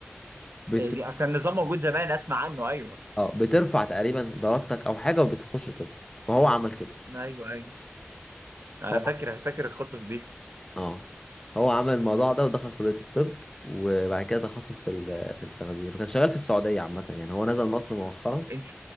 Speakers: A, on the left; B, on the right.
A: بت...
B: إيه، كان نظام موجود زمان اسمع عنه ايوه
A: اه بترفع تقريبا درجتك او حاجه وبتخش طب فهو عمل كده
B: ايوه ايوه انا
A: هو
B: فاكر فاكر القصص دي
A: اه هو عمل الموضوع ده ودخل كليه الطب وبعد كده تخصص في ال- في التخدير وكان شغال في السعوديه عامه يعني هو نزل مصر مؤخرا
B: انت